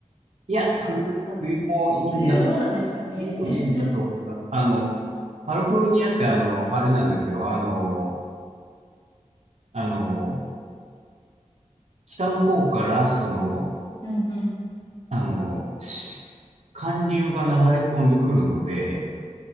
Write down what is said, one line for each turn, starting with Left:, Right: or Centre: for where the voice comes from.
Right: いや、
Left: 一番、
Right: 冬、
Left: 多分。
Right: 冬もいいんだ、
Left: 冬どうなんですかね。
Right: 冬もいいんだと思います。あの、カリフォルニアってあの、あれなんですよ。あの、あの、北の方から、その、
Left: <laughs> うんうん。
Right: あの、し寒流が流れ込んでくるので、